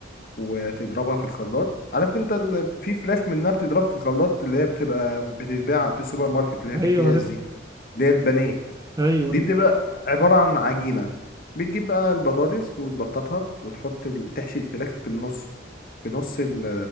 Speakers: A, on the left; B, on the right.
A: وتضربها في الخلاط عارف انت ال... في فراخ منها بتضرب في الخلاط اللي هي بتبقى بتتباع في السوبر ماركت اللي
B: ايوه
A: هي في اكياس
B: عارف
A: دي اللي هي البانيه
B: ايوه
A: دي
B: ايوه
A: مم. بتبقى عبارة عن عجينة بتجيب بقى البطاطس وتبططها وتحط ال... تحشي الفراخ في النص في نص ال-